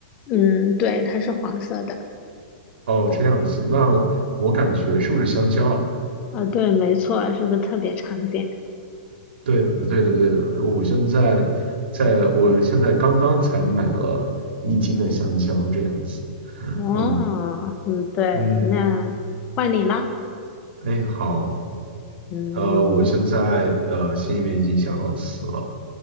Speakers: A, on the left (about 20°); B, on the right (about 85°).
A: 嗯，对，它是黄色的。
B: 哦，这样子，那我感觉是不是香蕉啊？
A: 啊，对，没错，是不是特别常见？
B: 对的，对的，对的。我现在在，我现在刚刚才买了一斤的香蕉，这样子。
A: 哦，
B: 嗯
A: 嗯，对，
B: 嗯，
A: 那换你啦。
B: 哎，好，
A: 嗯，
B: 呃，
A: 你
B: 我现在呃心里面已经想好词了。